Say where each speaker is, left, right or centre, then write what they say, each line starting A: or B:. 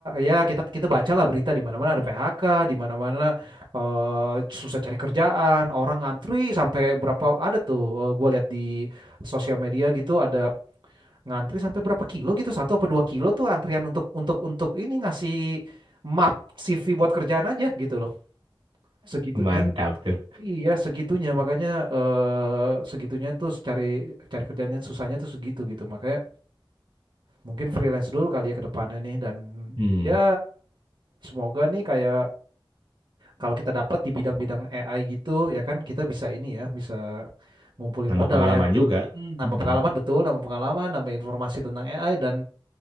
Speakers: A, on the right; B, on the right.
A: Ya, kita kita bacalah berita di mana-mana ada PHK, di mana-mana eh, susah cari kerjaan, orang ngantri sampai berapa ada tuh eh, gua lihat di sosial media gitu ada ngantri sampai berapa kilo gitu, satu apa dua kilo tuh antrian untuk untuk untuk ini ngasih map CV buat kerjaan aja gitu loh. Segitunya.
B: mantap tuh
A: Iya, segitunya makanya eh segitunya tuh cari cari kerjaan yang susahnya tuh segitu gitu. Makanya mungkin freelance dulu kali ya ke depannya nih dan
B: hmm.
A: ya semoga nih kayak kalau kita dapat di bidang-bidang AI gitu ya kan kita bisa ini ya bisa ngumpulin
B: nambah
A: modal
B: pengalaman
A: ya
B: juga
A: Hmm. nambah
B: hmm.
A: pengalaman betul nambah pengalaman nambah informasi tentang AI dan